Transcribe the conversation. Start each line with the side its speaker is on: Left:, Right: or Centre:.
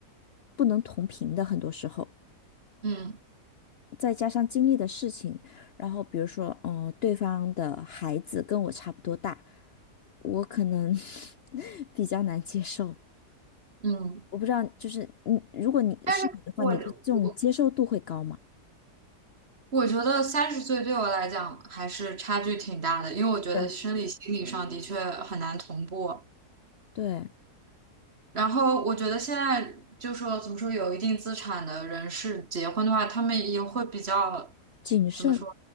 Left: 不能同频的，很多时候。
Right: 嗯
Left: 再加上经历的事情，然后比如说，嗯、呃对方的孩子跟我差不多大，我可能 <laughs> 比较难接受。
Right: 嗯，
Left: 我不知道，就是你，如果你是你的话，
Right: 但是我我
Left: 你对这种接受度会高吗？
Right: 我觉得三十岁对我来讲还是差距挺大的，因为我觉得生理心理上的确很难同步。
Left: 对，对，
Right: 然后我觉得现在就说怎么说，有一定资产的人士结婚的话，他们也会比较
Left: 谨慎，
Right: 怎么说？
Left: 相